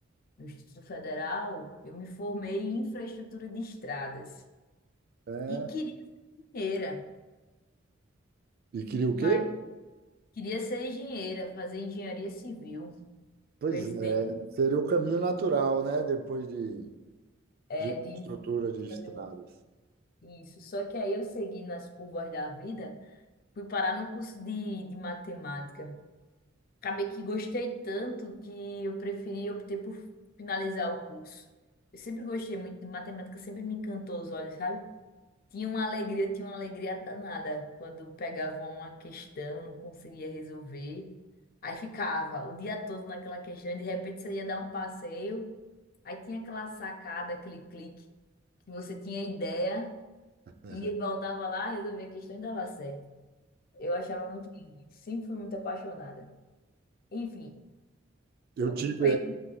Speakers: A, on the left; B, on the right.
A: no Instituto Federal. Eu me formei em infraestrutura de estradas
B: É.
A: e queria ser engenheira,
B: E queria
A: mas
B: o quê?
A: queria ser engenheira, fazer engenharia civil.
B: Pois
A: Coincidência,
B: é, seria o caminho natural, né? Depois de,
A: é
B: de
A: de
B: estrutura de estradas.
A: fazer isso. Só que aí eu segui nas curvas da vida. Fui parar no curso de, de matemática. Acabei que gostei tanto que eu preferi optei por finalizar o curso. Eu sempre gostei muito de matemática, sempre me encantou os olhos, sabe? Tinha uma alegria, tinha uma alegria danada quando pegava uma questão, não conseguia resolver. Aí ficava o dia todo naquela questão, de repente você ia dar um passeio, aí tinha aquela sacada, aquele clique que você tinha ideia
B: É.
A: e voltava lá, resolvia a questão e dava certo. Eu achava muito lindo. Sempre fui muito apaixonada. Enfim,
B: Eu
A: continuei
B: tive,
A: com